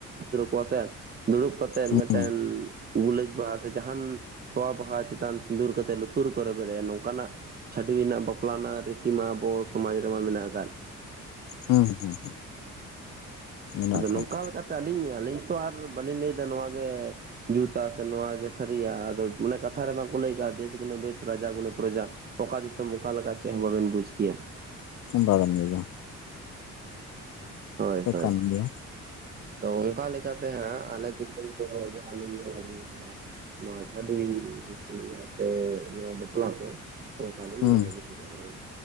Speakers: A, on the right; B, on the left.
A: <unintelligible> ᱫᱩᱲᱩᱵ ᱠᱟᱛᱮᱜ
B: ᱦᱩᱸ
A: ᱢᱮᱜᱴᱮᱱ ᱜᱩᱞᱟᱹᱡ ᱵᱟᱦᱟ ᱥᱮ ᱡᱟᱦᱟᱱ ᱛᱚᱣᱟ ᱵᱟᱦᱟ ᱪᱮᱛᱟᱱ ᱥᱤᱸᱫᱩᱨ ᱠᱟᱛᱮᱫ ᱞᱩᱛᱩᱨ ᱨᱮᱠᱚ ᱨᱮᱵᱮᱫ ᱟᱭᱟ ᱱᱚᱝᱠᱟᱱᱟᱜ ᱪᱷᱟᱹᱰᱣᱤᱱᱟᱜ ᱵᱟᱯᱞᱟᱱᱟᱜ ᱨᱤᱛᱤ ᱢᱟ ᱟᱵᱚ ᱥᱚᱢᱟᱡᱽ ᱨᱮᱢᱟ ᱢᱮᱱᱟᱜ ᱟᱠᱟᱫ ᱜᱮ
B: ᱦᱩᱸ ᱦᱩᱸ ᱢᱮᱱᱟᱜ
A: ᱟᱫᱚ
B: ᱟᱠᱟᱫ
A: ᱱᱚᱝᱠᱟ ᱞᱮᱠᱟᱛᱮ ᱟᱹᱞᱤᱧ ᱟᱹᱞᱤᱧ ᱛᱚ ᱟᱨ ᱵᱟᱹᱞᱤᱧ ᱞᱟᱹᱭᱫᱟ ᱱᱚᱣᱟᱜᱮ ᱡᱩᱛᱟ ᱥᱮ ᱱᱚᱣᱟ ᱜᱮ ᱥᱟᱹᱨᱤᱭᱟ ᱟᱫᱚ ᱢᱟᱱᱮ ᱠᱟᱛᱷᱟ ᱨᱮ ᱵᱟᱠᱚ ᱞᱟᱹᱭ ᱠᱟᱜ ᱟ ᱫᱮᱥ ᱜᱩᱱᱮ ᱵᱮᱥ ᱨᱟᱡᱟ ᱜᱩᱱᱮ ᱯᱨᱚᱡᱟ ᱚᱠᱟ ᱫᱤᱥᱚᱢ ᱚᱠᱟ ᱞᱮᱠᱟ ᱪᱮᱫ ᱦᱚᱸ ᱵᱟᱵᱮᱱ ᱵᱩᱡᱽ ᱠᱮᱭᱟ
B: ᱵᱟᱵᱮᱱ ᱵᱩᱡᱟ
A: ᱦᱳᱭ
B: ᱥᱮ
A: ᱦᱳᱭ
B: ᱠᱟᱱ ᱜᱮᱭᱟ
A: ᱟᱫᱚ ᱚᱱᱠᱟ ᱞᱮᱠᱟᱛᱮ ᱦᱟᱸᱜ ᱟᱞᱮ ᱫᱤᱥᱚᱢ ᱠᱚ ᱡᱟᱦᱟ ᱞᱤᱧ ᱧᱮᱞ ᱟᱜᱩ ᱠᱟᱜᱼᱟ᱾ ᱱᱚᱣᱟ ᱪᱷᱟᱰᱤ ᱠᱩᱲᱤᱭᱟᱛᱮ ᱱᱚᱣᱟ ᱵᱟᱯᱞᱟ ᱠᱚ ᱚᱟᱞᱧ
B: ᱦᱩᱸ
A: <inaudible>